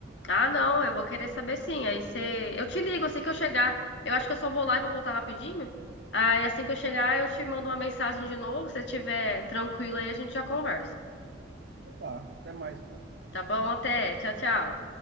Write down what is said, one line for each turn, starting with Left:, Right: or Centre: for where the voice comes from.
Left: Ah, não, eu vou querer saber sim. Aí você, eu te ligo assim que eu chegar. Eu acho que eu só vou lá e vou voltar rapidinho. Aí assim que eu chegar, eu te mando uma mensagem de novo, se você estiver tranquila aí a gente já conversa.
Right: então tá. Até mais então.
Left: Tá bom? Até. Tchau, tchau.